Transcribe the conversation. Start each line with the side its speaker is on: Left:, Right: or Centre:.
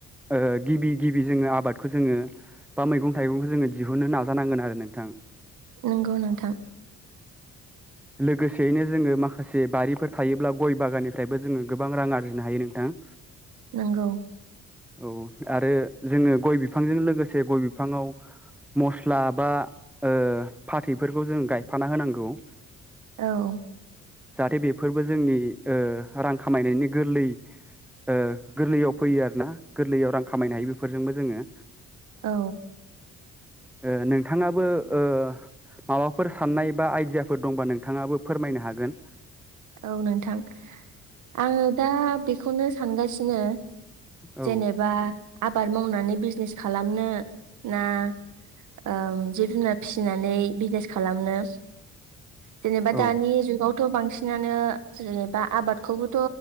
Centre: ओ गिबि गिबि जोङो आबादखौ जोङो बा मैगं-थाइगंखौ जोङो दिहुनो नाजानांगोन आरो नोंथां।
Right: नंगौ नोंथां।
Centre: लोगोसेयैनो जोङो मा खासे बारिफोर थायोब्ला गय बागाननिफ्रायबो जोङो गोबां रां आरजिनो हायो नोंथां।
Right: नोंगौ।
Centre: औ आरो जोङो गय बिफांजों लोगोसे गय बिफाङाव मस्ला बा ओ फाथैफोरखौ जों गायफाना होनांगौ।
Right: औ
Centre: जाहाथे बेफोरबो जोंनि ओ रां खामायनायनि गोरलै ओ गोरलैयाव फैयो आरोना गोरलैयाव रां खामायनो हायो बेफोरजोंबो जोङो।
Right: औ
Centre: ओ नोंथाङाबो ओ माबाफोर साननाय बा आइडियाफोर दंबा नोंथाङाबो फोरमायनो हागोन।
Right: औ नोंथां आङो दा बेखौनो सानगासिनो
Centre: औ
Right: जेनेबा आबाद मावनानै बिजनेस खालामनो ना ओ जिब जुनार फिसिनानै बिजनेस खालामनो? जेनेबा
Centre: औ
Right: दानि जुगावथ' बांसिन नानो जेनेबा आबादखौबोथ'